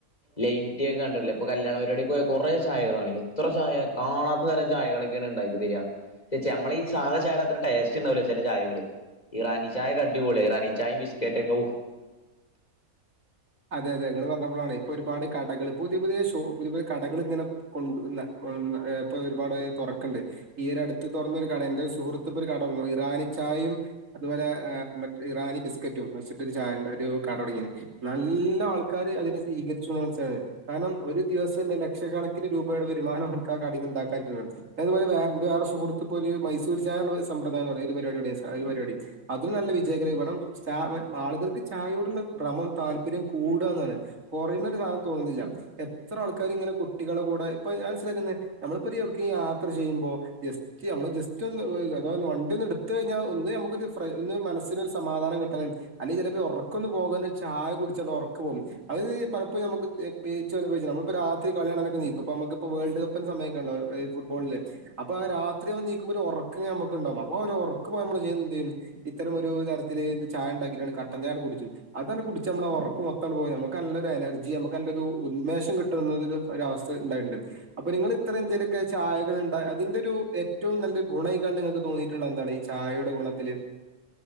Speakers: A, on the left (about 30°); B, on the right (about 60°).
A: ലൈംടീ ഒക്കെ കണ്ടിട്ടില്ലേ കല്യാണ പ്പാടിക്ക് പോയാ കുറേ ചായകളാണ് എത്ര ചായ കാണാത്ത തരം ചായകളൊക്കെയാ ഉണ്ടാക്കി തരികാ ഈ സാധ ചായയുടെ അത്ര ടേസ്റ്റ് ഉണ്ടാവൂല ചില ചായകള് ഇറാനി ചായൊക്കെ അടിപൊളിയാ ഇറാനി ചായയും ബിസ്കറ്റ് ഒക്കെ ഔ
B: അതെ അതെ ഞങ്ങൾ പറഞ്ഞപ്പോഴാണ് ഇപ്പൊ ഒരുപാട് കടകൾ പുതിയ പുതിയ ഷോ പുതിയ പുതിയ കടകൾ ഇങ്ങനെ കൊണ്ട ഇപ്പൊ ഒരുപാട് തുറക്കുണ്ട് ഈ ഒരു അടുത്ത് തുറന്നൊ ഒരു കട എന്റെ സുഹൃത്ത് ഇപ്പോ ഒരു കടന്നു ഇറാനി ചായയും അതുപോലെ മ ഇറാനി ബിസ്കറ്റും വെച്ചിട്ടു ചായ ഉ ഒരു കട തൊടങ്ങീന് നല്ല ആൾക്കാര് അതിനെ സ്വീകരിച്ചൂന്ന് മനസ്സിലായില്ലേ കാരണം ഒരു ദിവസം തന്നെ ലക്ഷക്കണക്കിന് രൂപയുടെ വരുമാനം എനക്ക് ആ കടേന്ന്ണ്ടാക്കാ <unintelligible> അതുപോലെ വേറെൻ്റെ എൻ്റെ വേറെ സുഹൃത്ത് ഇപ്പോ ഒരു മൈസൂര് ചായാന്ന് പറഞ്ഞ സമ്പ്രദായം തൊടങ്ങി ഒരു പരിപാടി ഒരു പരിപാടി അത് നല്ല വിജയകരമായി, കാരണം ച ആളുകൾക്ക് ചായയോടുള്ള ഭ്രമം താല്പര്യം കൂടാന്നാണ് കൊറയുന്നൊരു സാധനം തോന്നണില്ല എത്ര ആൾക്കാര് ഇങ്ങനെ കുട്ടികളെ കൂടെ ഇപ്പ ഞാൻ മനസിലാക്കണെ നമ്മളിപ്പ എവിടക്ക് യാത്ര ചെയ്യുമ്പോ പ്പോ ജസ്റ്റ് നമ്മള് ജസ്റ്റ് ഒന്ന് അതാ വണ്ടി ഒന്ന് എടുത്ത് കഴിഞ്ഞാ ഒന്ന് ഞമ്മക്ക് ഒരു പ്രൈ ഒന്ന് മനസ്സിന് ഒരു സമാധാനം കിട്ടാന് അല്ലെങ്കിൽ ചെലപ്പോ ഈ ഒറക്കൊന്ന് പോകല് ചായ കുടിച്ചാണ്ട് ഒറക്ക് പോകും, അത് ഇത് പലപ്പോഴും ഞമ്മക്ക് ഇ പ് ച് നമ്മളിപ്പ രാത്രി കളി കാണനൊക്കെ ഇരിക്കും നമുക്കിപ്പോ വേൾഡ് കപ്പിൻ്റെ സമയൊക്ക <unintelligible> ഈ ഫുട്ബോളില് അപ്പ രാത്രി നമ്മളെണീക്കുമ്പോ ഒരു ഒറക്ക്ങ്ങനെ നമ്മക്ക് ഇണ്ടാവും, അപ്പൊ ഒര് ഒറക്ക് പോവാൻ നമ്മള് എന്ത് ചെയ്യും ഇത്തരം ഒരു തരത്തില് ചായ ഉണ്ടാക്കിയിട്ടാണ് കട്ടൻ ചായ കുടിച്ചും അതാണ് കുടിച്ചാ ഞമ്മളെ ഒറക്ക് മൊത്തങ്ങട് പോവും, ഞമ്മക്ക് നല്ലൊരു എനർജി ഞമ്മക്ക് നല്ലൊരു ഉന്മേഷം കിട്ടുന്ന ഒരു അവസ്ഥ ഉണ്ടായിട്ടുണ്ട് അപ്പൊ നിങ്ങള് ഇത്ര ഇന്ത്യയിലൊക്കെ ചായകൾ ഉണ്ട് അതിന്റെ ഒരു ഏറ്റവും നല്ല ഒരു ഗുണമായിക്കാണ്ട് നിങ്ങൾക്ക് തോന്നിയിട്ടുള്ള എന്താണ് ഈ ചായയുടെ ഗുണത്തില്